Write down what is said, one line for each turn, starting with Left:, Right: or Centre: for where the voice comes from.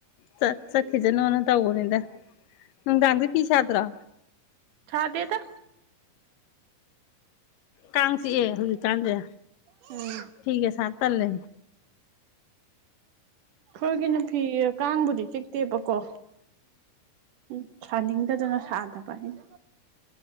Left: ꯆꯠ ꯆꯠꯈꯤꯁꯅꯣ ꯇꯧꯕꯅꯤꯗ꯫ ꯅꯨꯡꯗꯥꯡꯗ ꯐꯤ ꯁꯥꯗꯔꯣ꯫
Right: ꯁꯥꯗꯦꯗ
Left: ꯀꯥꯡ ꯆꯤꯛꯑꯦ ꯍꯧꯖꯤꯛꯀꯥꯟꯖꯦ꯫
Right: ꯑꯩꯈꯣꯏꯒꯤꯅ
Left: ꯐꯤꯒ ꯁꯥ ꯇꯜꯂꯦ꯫
Right: ꯈꯨꯜꯒꯤꯅ ꯐꯤ ꯀꯥꯡꯕꯨꯗꯤ ꯆꯤꯛꯇꯦꯕ ꯀꯣ ꯎꯝ ꯁꯥꯅꯤꯡꯗꯗꯅ ꯁꯥꯟ <unintelligible>